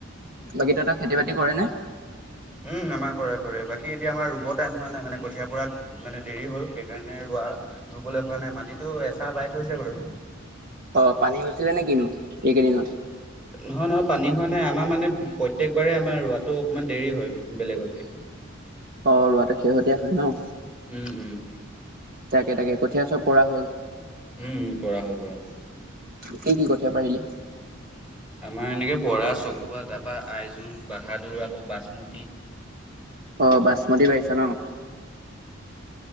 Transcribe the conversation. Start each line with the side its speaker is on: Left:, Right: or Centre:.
Right: বাকী তহঁতৰ খেতি বাতি কৰে নে?
Centre: উম আমাৰ কৰে কৰে। বাকী এতিয়া আমাৰ ৰুব টাইম হোৱা নাই মানে কঠিয় পৰাত মানে দেৰি হ'ল। সেইকাৰণে ৰোৱা ৰুবলৈ হোৱা নাই মাটিতটো এচাহ বাই থৈছে বাৰু।
Right: অ পানী হৈছিলে নে কিনো এইকেইদিনত?
Centre: নহয় নহয় পানী হোৱা নাই আমাৰ মানে প্ৰত্যেকবাৰেই আমাৰ ৰোৱাটো অকমান দেৰি হয় বেলেগতকে। <inaudible>
Right: অ' ৰুৱাটো শেহতীয়া হয় ন।
Centre: উম উম'
Right: তাকে তাকে, কঠীয়া চব পৰা হ'ল।
Centre: উম উম' পৰা হ'ল পৰা হ'ল।
Right: কি কি কঠীয়া পাৰিলি?
Centre: আমাৰ এনেকে বৰা চকোৱা তাপা আইজোং বাহাদোৰ আকৌ বাচমতি।
Right: অ' বাচমতী পাৰিছ ন।
Centre: অঁ'